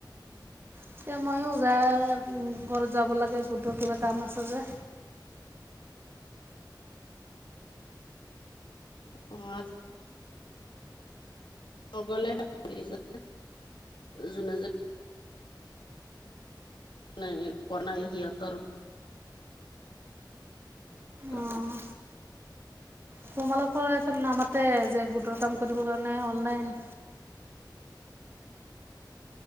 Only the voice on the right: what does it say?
এতিয়া ময়ো যাই ঘৰত যাব লাগে গোটৰ কিবা কাম আছে যে।
অঁ তোমালোকৰ এতে নামাতে যে গোটৰ কাম কৰিবৰ কাৰণে অনলাইন